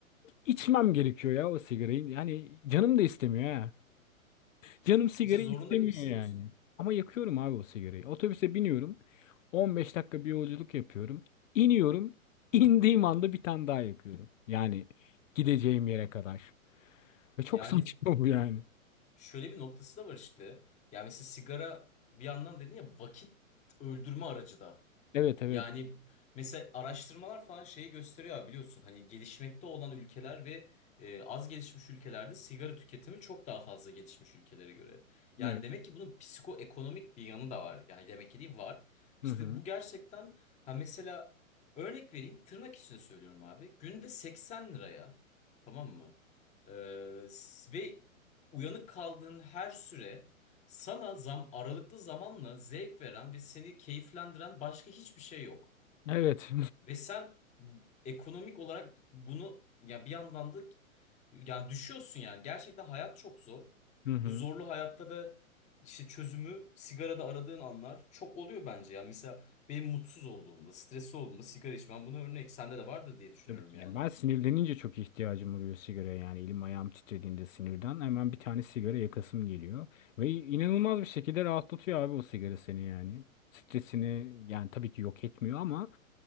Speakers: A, on the left (about 65°); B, on the left (about 15°).
A: içmem gerekiyor ya o sigarayı. Yani canım da istemiyor ha. Canım sigara
B: İşte zorunda
A: istemiyor
B: gibi hissediyorsun.
A: yani. Ama yakıyorum abi o sigarayı. Otobüse biniyorum. on beş dakika bir yolculuk yapıyorum. İniyorum. İndiğim anda bir tane daha yakıyorum. Yani gideceğim yere kadar. Ve çok
B: Yani
A: saçma bu yani.
B: şöyle bir noktası da var işte. Yani mesela sigara bir yandan dedin ya vakit öldürme aracı da.
A: Evet evet.
B: Yani mesela araştırmalar falan şeyi gösteriyor abi biliyorsun hani gelişmekte olan ülkeler ve e, az gelişmiş ülkelerde sigara tüketimi çok daha fazla gelişmiş ülkelere göre. Yani
A: Evet.
B: demek ki bunun psikoekonomik bir yanı da var. Yani demek ki değil var.
A: Hı
B: İşte
A: hı.
B: bu gerçekten ha mesela örnek vereyim tırnak içinde söylüyorum abi. Günde 80 liraya tamam mı? Ee, s- ve uyanık kaldığın her süre sana zam aralıklı zamanla zevk veren ve seni keyiflendiren başka hiçbir şey yok.
A: Evet.
B: Ve sen ekonomik olarak bunu ya bir yandan da yani düşüyorsun yani. Gerçekten hayat çok zor.
A: <laughs> Hı hı.
B: Bu zorlu hayatta da işte çözümü sigarada aradığın anlar çok oluyor bence. Yani mesela benim mutsuz olduğumda, stresli olduğumda sigara içmem bunu örnek sende de vardır diye düşünüyorum
A: Tabii ki.
B: yani.
A: Yani ben sinirlenince çok ihtiyacım oluyor sigaraya yani elim ayağım titrediğinde sinirden hemen bir tane sigara yakasım geliyor. Ve inanılmaz bir şekilde rahatlatıyor abi o sigara seni yani. Stresini yani tabii ki yok etmiyor ama